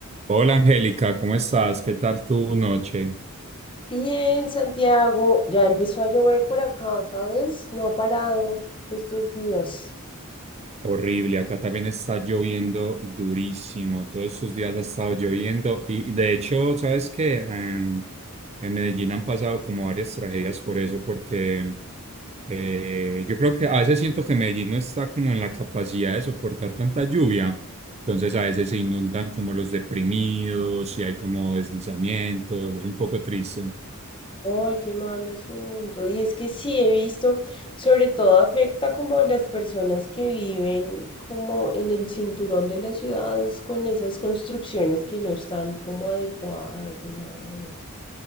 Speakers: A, on the right; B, on the left.
A: Hola Angélica, ¿cómo estás? ¿Qué tal tu noche?
B: Bien, Santiago, ya empezó a llover por acá, ¿sabes? No ha parado estos días.
A: Horrible, acá también está lloviendo durísimo. Todos estos días ha estado lloviendo y de hecho, ¿sabes qué? Em, en Medellín han pasado como varias tragedias por eso, porque eh, yo creo que a veces siento que Medellín no está como en la capacidad de soportar tanta lluvia. Entonces a veces se inundan como los deprimidos y hay como deslizamientos, es un poco triste.
B: Ay, qué mal asunto. Y es que sí he visto, sobre todo afecta como a las personas que viven como en el cinturón de las ciudades con esas construcciones que no están como adecuadas ni nada de eso.